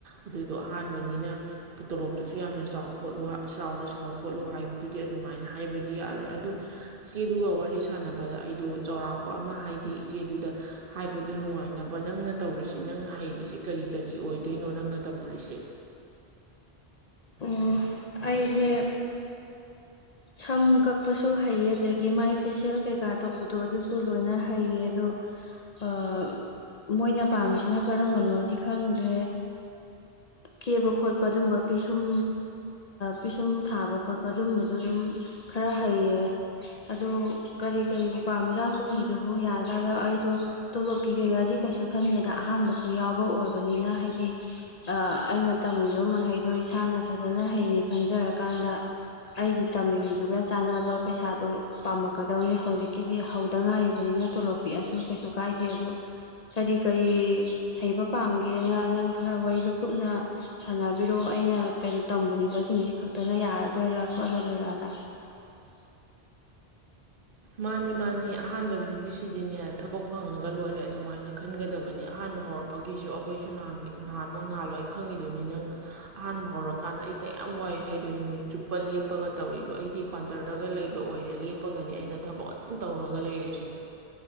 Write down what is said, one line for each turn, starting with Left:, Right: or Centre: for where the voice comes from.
Right: ꯑꯗꯨꯗꯣ ꯑꯍꯥꯟꯕꯅꯤꯅ ꯇꯣꯂꯣꯞꯇꯨꯁꯨ ꯌꯥꯝꯅ ꯆꯥꯎ ꯈꯣꯠꯂꯨ ꯆꯥꯎꯅ ꯁꯥꯎ ꯈꯣꯠꯂꯨ ꯍꯥꯏꯕꯗꯨꯗꯤ ꯑꯗꯨꯃꯥꯏꯅ ꯍꯥꯏꯕꯗꯤ ꯌꯥꯔꯣꯏ ꯑꯗꯨ ꯏꯆꯦ ꯑꯗꯨꯒ ꯋꯥꯔꯤ ꯁ ꯁꯥꯟꯅꯕꯗ ꯑꯩꯗꯣ ꯆꯥꯎꯔꯥꯛꯄ ꯑꯃ ꯍꯥꯏꯗꯤ ꯏꯆꯦꯗꯨꯗ ꯍꯥꯏꯕꯗꯨ ꯅꯨꯡꯉꯥꯏꯅꯕ ꯅꯪꯅ ꯇꯧꯔꯤꯁꯤ ꯅꯪꯅ ꯍꯩꯔꯤꯁ ꯀꯔꯤ ꯀꯔꯤ ꯑꯣꯏꯗꯣꯏꯅꯣ ꯅꯪꯅ ꯇꯝꯃꯨꯔꯤꯁꯦ
Left: ꯑꯣ ꯑꯩꯁꯦ ꯁꯝ ꯀꯛꯄꯁꯨ ꯍꯩꯌꯦ ꯑꯗꯒꯤ ꯃꯥꯏ ꯐꯦꯁꯤꯜ ꯀꯩꯀꯥ ꯇꯧꯕꯗꯣ ꯑꯗꯨꯁꯨ ꯂꯣꯏꯅ ꯍꯩꯌꯦ ꯑꯗꯣ ꯑꯥ ꯃꯣꯏꯅ ꯄꯥꯝꯃꯤꯁꯤꯅ ꯀꯔꯝꯕꯅꯣꯗꯤ ꯈꯪꯗ꯭ꯔꯦ ꯀꯦꯕ ꯈꯣꯠꯄ ꯑꯗꯨꯝꯕ ꯄꯤꯁꯨꯝ ꯄꯤꯁꯨꯝ ꯊꯥꯕ ꯈꯣꯠꯄ ꯑꯗꯨꯝꯕꯗꯣ ꯑꯗꯨꯝ ꯈꯔ ꯍꯩꯌꯦ ꯑꯗꯨ ꯀꯔꯤ ꯀꯔꯤꯕꯨ ꯄꯥꯝꯃꯤꯖ ꯃꯣꯏꯒꯤꯗꯨꯕꯨ ꯌꯥꯖꯂꯥ ꯑꯩꯗꯣ ꯇꯣꯂꯣꯞꯀꯤ ꯀꯩꯔꯗꯤ ꯀꯩꯁꯨ ꯈꯟꯗꯦꯗ ꯑꯍꯥꯟꯕꯁꯨ ꯌꯥꯎꯕ ꯑꯣꯏꯕꯅꯤꯅ ꯍꯥꯏꯗꯤ ꯑꯩꯅ ꯇꯝꯃꯤꯕ ꯃꯍꯩꯗꯣ ꯏꯁꯥꯅ ꯐꯖꯅ ꯍꯩꯌꯦ ꯈꯟꯖꯔꯀꯥꯟꯗ ꯑꯩꯒꯤ ꯇꯝꯃꯤꯔꯤꯗꯨꯒ ꯆꯥꯟꯅꯕ ꯄꯩꯁꯥꯗꯣ ꯄꯥꯝꯃꯛꯀꯗꯧꯅꯦ ꯍꯧꯖꯤꯛꯀꯤꯗꯤ ꯍꯧꯗ ꯉꯥꯏꯔꯤꯕꯅꯤꯅ ꯇꯣꯂꯣꯞ ꯄꯤꯛꯑꯁꯨ ꯀꯩꯁꯨ ꯀꯥꯏꯗꯦ ꯑꯗꯣ ꯀꯔꯤ ꯀꯔꯤ ꯍꯩꯕ ꯄꯥꯝꯒꯦꯅ ꯅꯪ ꯈꯔ ꯋꯥꯔꯤꯗꯣ ꯀꯨꯞꯅ ꯁꯥꯟꯅꯕꯤꯔꯣ ꯑꯩꯅ <unintelligible> ꯇꯝꯃꯨꯔꯤꯕꯁꯤꯡꯁꯤ ꯈꯛꯇꯅ ꯌꯥꯔꯗꯣꯏꯔꯥ ꯈꯣꯠꯂꯗꯣꯏꯔꯥ꯫ <unintelligible>
Right: ꯃꯥꯅꯤ ꯃꯥꯅꯤ ꯑꯍꯥꯟꯕꯒꯤꯁꯤꯗꯤꯅꯦ ꯊꯕꯛ ꯐꯪꯉꯒ ꯂꯣꯏꯔꯦ ꯑꯗꯨꯃꯥꯏꯅ ꯈꯟꯒꯗꯕꯅꯤ ꯑꯍꯥꯟꯕ ꯍꯧꯔꯛꯄꯒꯤꯁꯨ ꯑꯩꯈꯣꯏꯁꯨꯅꯍꯥꯟꯒꯤ ꯅꯍꯥꯟꯃꯣ ꯅꯍꯥꯥꯟꯂꯣꯏ ꯈꯪꯉꯤꯗꯨꯅꯤ ꯅꯪ ꯑꯍꯥꯟꯕ ꯍꯧꯔꯛꯀꯥꯟꯗ ꯑꯩ ꯀꯌꯥꯝ ꯋꯥꯏ ꯍꯥꯏꯗꯣꯏ ꯅꯨꯃꯤꯠ ꯆꯨꯞꯄ ꯂꯦꯞꯄꯒ ꯇꯧꯔꯤꯗꯣ ꯑꯩꯗꯤ ꯀ꯭ꯋꯥꯟꯇ꯭ꯔꯗꯒ ꯂꯩꯕ ꯑꯣꯏꯔꯦ ꯂꯦꯞꯄꯒꯅꯤ ꯑꯩꯅ ꯊꯕꯛ ꯑꯗꯨꯝ ꯇꯧꯔꯒ ꯂꯩꯔꯤꯁꯦ